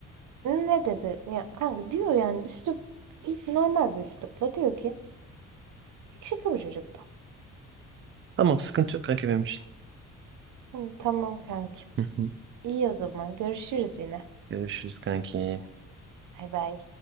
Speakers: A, on the right; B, on the right.
A: Ne dese ya kanka diyor yani üslup normal bir üslupla diyor ki yakışıklı bir çocuktu.
B: Tamam sıkıntı yok kanka benim için.
A: Hı, Tamam kanki.
B: Hı hı.
A: İyi o zaman görüşürüz yine.
B: Görüşürüz kanki.
A: Bay bay.